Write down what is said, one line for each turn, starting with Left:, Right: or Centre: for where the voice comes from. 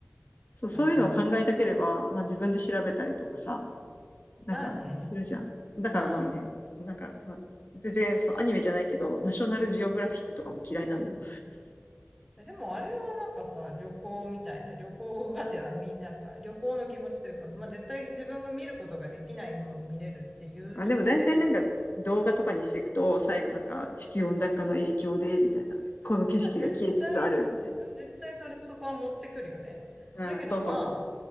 Left: そう、そういうのを考えたければ、
Centre: ま
Left: まあ自分で調べたりとかさ、なんかするじゃん。
Centre: あね。
Left: だからまあね、
Centre: うん。
Left: なんか、まあ、全然そう、アニメじゃないけど、ナショナルジオグラフィックとかも嫌いなのよ。
Centre: えでもあれはなんかさ、旅行みたいな、旅行がてらみ、なんか旅行の気持ちというか、まあ絶対自分が見ることができないものを見れるっていうところで、
Left: あ、でも大体なんか動画とかにしていくと、最後なんか地球温暖化の影響で、みたいな、この景色が消えつつある、
Centre: まあ絶対、
Left: みたい
Centre: 絶対それ、そこは持ってくるよね。
Left: な。
Centre: だけどまあ、
Left: うん、そうそうそう。